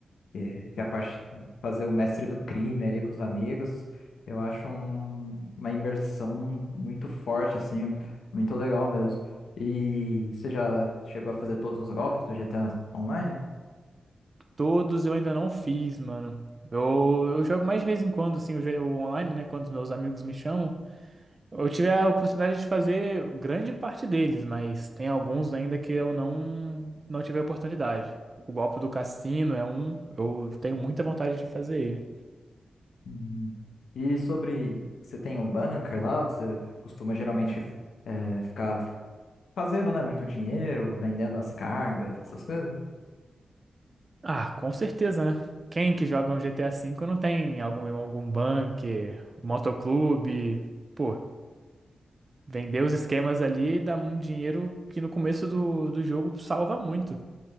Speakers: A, on the left (about 80°); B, on the right (about 35°).
A: Que, que a parte fazer o mestre do crime ali com os amigos, eu acho um- uma imersão muito forte, assim, muito legal mesmo. E você já chegou a fazer todos os golpes do GTA Online?
B: Todos eu ainda não fiz, mano. Eu, eu jogo mais de vez em quando, assim, o, jo- o online, né? Quando os meus amigos me chamam. Eu tive a oportunidade de fazer grande parte deles, mas tem alguns ainda que eu não, não tive a oportunidade. O golpe do cassino é um, eu tenho muita vontade de fazer ele.
A: Hum. E sobre, você tem o bunker lá, você costuma geralmente eh, ficar fazendo, né, muito dinheiro, vendendo as cargas, essas coisas?
B: Ah, com certeza, né? Quem que joga um GTA V não tem algum, algum bunker, um motoclube? Pô, vender os esquemas ali dá um dinheiro que no começo do, do jogo salva muito.